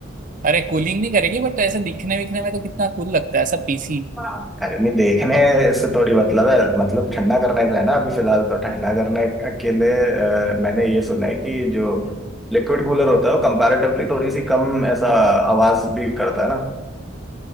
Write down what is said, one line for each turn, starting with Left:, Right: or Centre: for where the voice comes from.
Right: अरे कूलिंग नहीं करेगी बट ऐसे दिखने विखने में तो कितना कूल लगता है ऐसा पीसी
Centre: हाँ। अरे नहीं देखने से थोड़ी मतलब है मतलब ठंडा करने से है ना अभी फिलहाल तो ठंडा करने के लिए अ, मैंने ये सुना है कि जो लिक्विड कूलर होता है वो कंपैरेटिवली थोड़ी सी कम ऐसा आवाज भी करता है ना